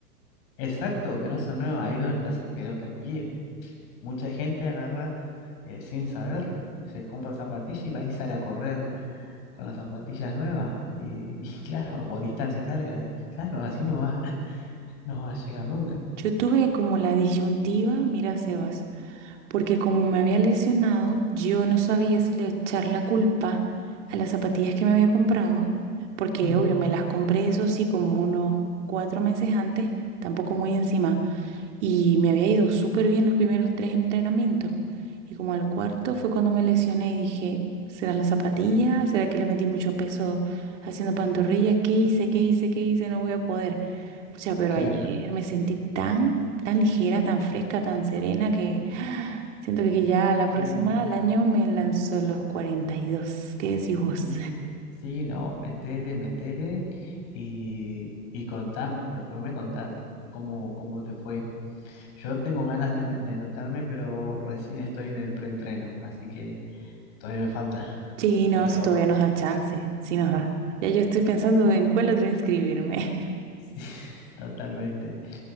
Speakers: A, on the left; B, on the right.
A: Exacto, que no se mueva, ahí donde te hace pelota el pie. Mucha gente agarra eh, sin saber, se compra zapatillas y va y sale a correr con las zapatillas nuevas. Y, y claro, o distancias largas. Y claro, así no va, <laughs> no va a llegar nunca.
B: Yo tuve como la disyuntiva, mira, Sebas, porque como me había lesionado, yo no sabía si le echar la culpa a las zapatillas que me había comprado, porque
A: Ujú,
B: obvio, me las compré eso sí como unos cuatro meses antes, tampoco muy encima. Y me había ido súper bien los primeros tres entrenamientos. Y como al cuarto fue cuando me lesioné y dije, ¿serán las zapatillas? ¿Será que le metí mucho peso haciendo pantorrilla? ¿Qué hice? ¿Qué hice? ¿Qué hice? No voy a poder. Pucha, pero
A: Claro,
B: ayer me sentí tan, tan ligera, tan fresca, tan serena que siento que ya la próxima,
A: qué lindo.
B: al año, me lanzo los cuarenta y dos ¿Qué decís vos?
A: Sí, sí, no, metele, metele y, y contame. Después me contás cómo, cómo te fue. Yo tengo ganas de, me- de anotarme, pero recién estoy en el preentreno, así que todavía me falta.
B: Sí, no,
A: Pero.
B: si todavía nos da chance, sí nos da. Ya yo estoy pensando en cuál otro inscribirme.
A: Sí, <laughs> totalmente.